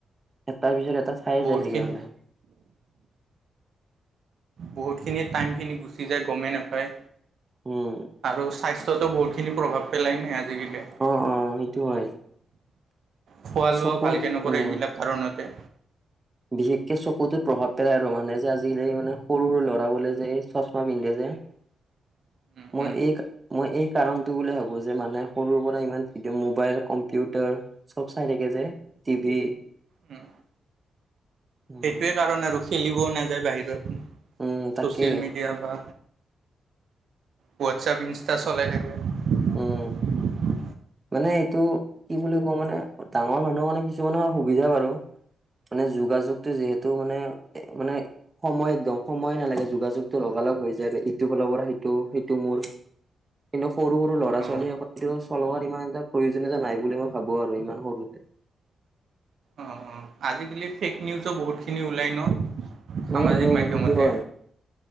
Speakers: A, on the right (about 25°); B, on the right (about 65°).
A: এটাৰ পিছত এটা চাইে
B: বহুতখিনি
A: যাই থাকে মানে।
B: বহুতখিনি টাইমখিনি গুচি যায় গমেই নাপায়।
A: উম
B: আৰু স্বাস্থ্যতো বহুতিনি প্ৰভাৱ পেলাইনে। আজিকালি
A: অ', অ' সেইটো হয়।
B: খোৱা
A: চকুত
B: লোৱাও ভালকে নকৰে
A: উম
B: এইবিলাক কাৰণতে।
A: বিশেষকে চকুতোত প্ৰভাৱ পেলাই আৰু মানে, যে আজিকালি মানে সৰু সৰু ল'ৰা বোলে যে এই চছমা পিন্ধে যে।
B: <unintelligible> উম
A: মোৰ
B: উম
A: এক মই এই কাৰণটো বুলি ভাবো। যে মানে সৰুৰ পৰা ইমান ভিডিঅ মোবাইল কম্পিউটাৰ চব চাই থাকে যে, টিভি
B: উম
A: উম
B: সেইটোৱে কাৰণ আৰু, খেলিবও নাযায় বাহিৰত,
A: উম
B: ছচিয়েল
A: তাকে
B: মিডিয়া বা হোৱাটছআপ ইনষ্টা চলাই থাকে। <unintelligible>
A: উম মানে এইটো কি বুলি কওঁ, মানে ডাঙৰ মানুহৰ মানে কিছুমানৰ সুবিধা বাৰু মানে যোগাযোগটো যিহেতু মানে মানে সময় একদম সময়ে নালাগে যোগাযোগটো লগালগ হৈ যায়, ইটো ফালৰ পৰা সেইটো সেইটো মোৰ কিন্তু সৰু ৰু ল'ৰা
B: অঁ
A: ছোৱালী সকলেটো চলোৱাৰ ইমান এটা প্ৰয়োজনীয়তা নাই বুলি মই ভাবো আৰু ইমান সৰুতে।
B: অঁ অঁ আজিকালি ফে'ক নিউজো বহুতখিনি ওলায় ন সামাজিক
A: উম উম
B: মাধ্যমতে?
A: সেইটো হয়